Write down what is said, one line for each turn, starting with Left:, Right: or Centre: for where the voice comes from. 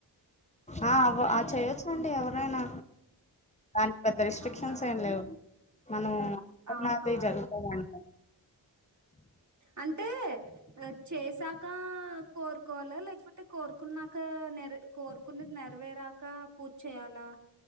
Left: ఆ అవ్వ ఆ చేయొచ్చండి ఎవరైనా దానికి పెద్ద రిస్ట్రిక్షన్స్
Right: అవునా
Left: ఏం లేవు మనం అనుకున్నది
Right: ఆహా
Left: జరుగుతదంట
Right: అంటే చేసాక కోరుకోవాలా లేకపోతే కోరుకున్నా కా నెర కోరుకున్నది నెరవేరాక పూజ్ చేయాలా